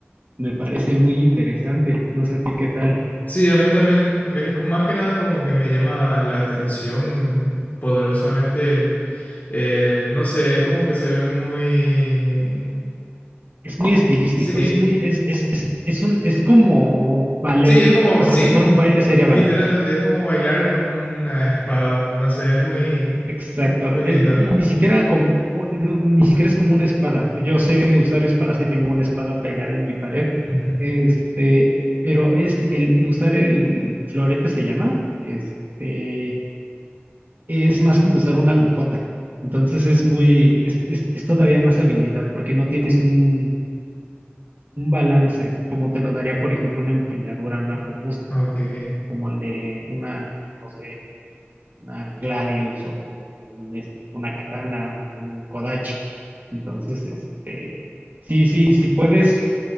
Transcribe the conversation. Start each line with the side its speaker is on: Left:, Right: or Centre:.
Right: me parece muy interesante, no sé a ti qué tal.
Left: Sí, a mí también es con- más que nada como que me llama la atención poderosamente. eh, no sé, es como que se ven muy...
Right: Es muy estilístico,
Left: Sí,
Right: es muy, es, es, es, es un, es como ballet,
Left: sí, es como,
Right: o sea,
Left: sí,
Right: si fuera un baile sería
Left: literalmente
Right: ballet.
Left: es como bailar con una espada. No sé, es muy,
Right: Exacto.
Left: muy
Right: Es,
Left: lindo.
Right: y ni siquiera como, u- no, ni siquiera es como una espada. Yo sé usar espadas y tengo una espada pegada en mi pared.
Left: Ujú.
Right: Este, pero es el el usar el florete se llama. Este, es más como usar una agujota. Entonces es muy, es, es, es todavía más habilidad porque no tienes un, un balance como te lo daría, por ejemplo, una empuñadura más robusta,
Left: Ok.
Right: como el de una, no sé una Gladius o un, este, una katana, un Kodachi. Entonces, este, sí, sí, si puedes,